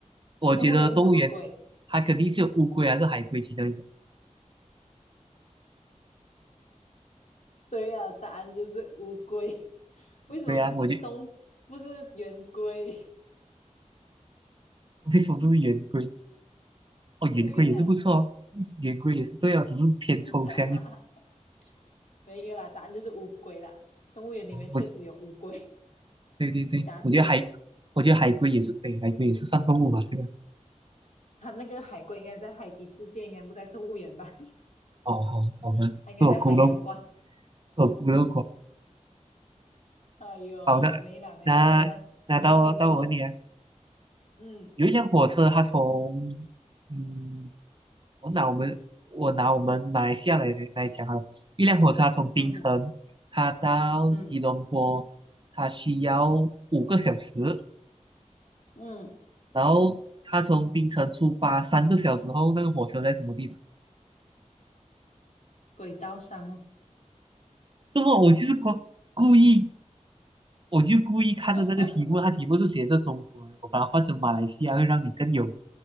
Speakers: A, on the right (about 40°); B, on the left (about 70°).
A: 我觉得动物园它肯定是有乌龟还是海龟其中一个
B: 动物园是什么龟？对呀、答案就是乌龟。<laughs> 为什么不是东，
A: 乌龟啊，我就
B: 不是圆规？
A: 为什么不是圆龟？哦，圆龟也是不错哦，
B: <laughs> 对呀、
A: 圆龟也是对哦，只是偏抽象一点。
B: <laughs> 没有啦，答案就是乌龟啦。动物园里面确实有乌龟，
A: 哦我对对对，
B: <laughs> 你答对呀。
A: 我觉得海，我觉得海龟也是可以，海龟也是算动物吧，对吧？
B: 它那个海龟应该在海底世界，应该不在动物园吧？
A: 哦，好，好吧，
B: <laughs> 它应该在海洋馆。
A: 是我孤陋，是我孤陋寡。
B: 哎呦，
A: 好的，
B: 没啦没啦，
A: 那那到我到我问你啊。
B: 来来来，轮到你问我。嗯
A: 有一辆火车，它从嗯，我拿我们我拿我们马来西亚来来讲哈，一辆火车它从槟城，
B: 嗯
A: 它到吉隆坡，
B: 嗯
A: 它需要五个小时，
B: 嗯，
A: 然后它从槟城出发三个小时后，那个火车在什么地方？
B: 轨道上哦。
A: 那么我就是故故意我就故意看着那个题目，
B: <laughs>
A: 它题目是写着中国的，我把它换成马来西亚，会让你更有